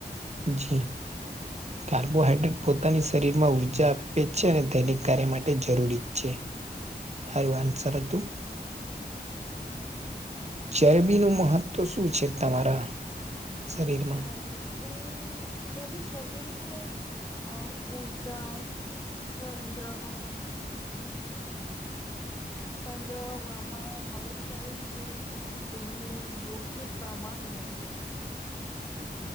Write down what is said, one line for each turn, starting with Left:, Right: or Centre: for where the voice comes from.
Right: જી કાર્બોહાઈડ્રેટ પોતાની શરીર માં ઉર્જા આપે છે અને દૈનિક કાર્ય માટે જરૂરી છે. હ આન્સર હતુ ચરબીનુંું મહત્વ શું છે, તમારા શરીરમાં
Left: ચરબી ચરબી શરીર ને અ ઉઊર્જા સંગ્રહો સંગ્રહવામાં મદદ કરે છે. તેનું યોગ્ય પ્રમાણ જરૂરી છે.